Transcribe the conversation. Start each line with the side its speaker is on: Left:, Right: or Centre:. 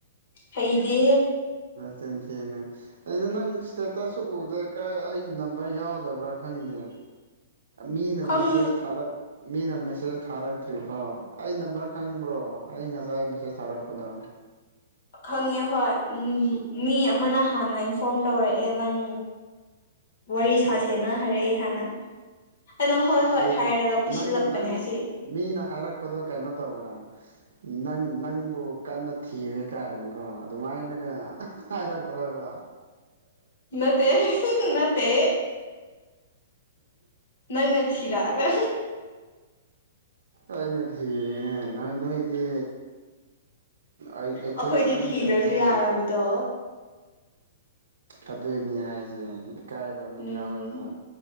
Left: ꯍꯩꯗꯦ
Right: ꯆꯤꯟꯊꯤꯅꯦ ꯑꯩꯅ ꯅꯪ ꯏꯁꯇꯦꯇꯁꯁꯨ ꯎꯗ꯭ꯔꯦ ꯀꯥꯏ ꯑꯩꯒꯤ ꯅꯝꯕꯔ ꯌꯥꯎꯗꯕ꯭ꯔꯥ ꯈꯪꯗꯦ ꯃꯤꯅ
Left: ꯈꯪ
Right: ꯃꯦꯁꯦꯁ ꯊꯥꯔꯛ ꯃꯤꯅ ꯃꯦꯁꯦꯖ ꯊꯥꯔꯛꯇ꯭ꯔꯤꯐꯣ ꯑꯩ ꯅꯝꯕꯔ ꯈꯪꯕ꯭ꯔꯣ ꯑꯩ ꯉꯁꯥꯏ ꯃꯦꯁꯦꯖ ꯊꯥꯔꯛꯄꯗꯣ
Left: ꯈꯪꯉꯦ ꯍꯣꯏ ꯎꯝ ꯃꯤ ꯑꯃꯅ ꯍꯥꯟꯅ ꯏꯟꯐꯣꯔꯝ ꯇꯧꯔꯛꯑꯦ ꯅꯪ ꯋꯥꯔꯤ ꯁꯥꯁꯦꯅ
Right: ꯑ ꯑ
Left: ꯍꯥꯏꯔꯛꯑꯦ ꯍꯥꯟꯅ ꯑꯩꯅ ꯍꯣꯏ ꯍꯣꯏ
Right: ꯑꯩ
Left: ꯍꯥꯏꯔꯒ
Right: ꯅꯪ
Left: ꯄꯤꯁꯤꯜꯂꯛꯄꯅꯦ
Right: ꯅꯪ
Left: ꯑꯁꯤ
Right: ꯃꯤꯅ ꯍꯥꯏꯔꯛꯄꯗꯣ ꯀꯩꯅꯣ ꯇꯧꯕ꯭ꯔꯥ ꯅꯪ ꯅꯪꯕꯨ ꯀꯟꯅ ꯊꯤꯔꯦ ꯀꯥꯏꯅꯀꯣ ꯑꯗꯨꯃꯥꯏꯅꯒ ꯍꯥꯏꯔꯛꯄ꯭ꯔꯕ
Left: ꯅꯠꯇꯦ ꯅꯠꯇꯦ ꯅꯪꯅ ꯊꯤꯔꯛꯑꯒ
Right: ꯑꯩ ꯅ ꯍ ꯏ ꯀ ꯑꯩꯈꯣꯏ
Left: ꯑꯩꯈꯣꯏꯗꯤ
Right: ꯈꯪꯗꯕꯅꯤꯅ
Left: ꯊꯤꯗ꯭ꯔꯁꯨ ꯌꯥꯔꯕꯗꯣ
Right: ꯑꯗꯨꯅꯦ ꯍꯥꯏꯁꯦ ꯏꯀꯥꯏꯕ ꯑꯃ
Left: ꯎꯝ
Right: ꯌꯥꯎꯋꯦꯕ